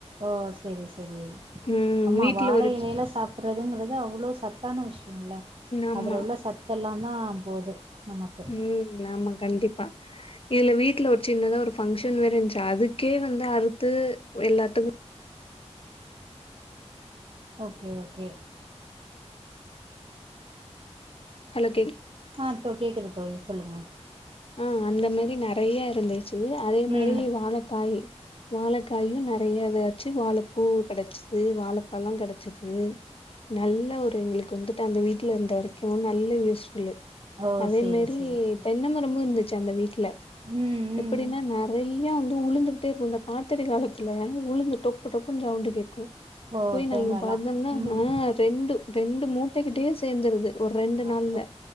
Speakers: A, on the right (about 50°); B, on the left (about 55°).
A: ஓ செரி செரி
B: ம்
A: ஆமா
B: வீட்ல
A: வாழ
B: ஒரு
A: இழைல சாப்பிடுறதுங்கறது அவ்ளோ சத்தான விஷயோ இல்ல
B: ஆமா
A: அதுல உள்ள சத்தல்லா தா போது நமக்கு
B: ம் ஆமா கண்டிப்பா இதுல வீட்டுல ஒரு சின்னதா ஒரு பங்க்ஷன் வேறருந்துச்சு அது க்கே வந்து அறுத்து எல்லாத்துக்கு
A: ஓகே ஓகே
B: ஹலோ கேக்
A: ஆ கேக்குது தோழி சொல்லுங்க
B: ஆ அந்த மாரி நெறைய இருந் ச்சு அதே மாரி
A: ம்
B: வாழக்காய் வாழக் காய் யூம் நெறைய எதாச்சு வாழப்பூ கெடச்சிது வாழப்பழம் கெடச்சிது நல்ல ஒரு எங்களுக்கு வந்துட்டு அந்த வீட்டில் இருந்த வரைக்கும் நல்ல யூஸ் புல்லு
A: ஓ
B: அதே
A: செரி
B: மாரி
A: செரி செரி
B: தென்னம்ம ரொ இருந்துச்சு அந்த வீட்டுல
A: ம்
B: எப்படின்னா
A: ம்
B: நெறைய வந்து உழுந்துகிட்டே இருக்கு அ ஆத்தடி காலத்துல உளுந்து டொப்பு டொப்பு சவுண்டு கேக் கு
A: ஓ
B: போய்
A: தேங்காலா
B: நாங்க பாத்தோம்னா
A: ம்
B: ஆ ரெண்டு ரெண்டு மூட்டைக்கிட்டையே சேர்ந்துருது ஒரு ரெண்டு
A: அப்பா
B: நாள்ல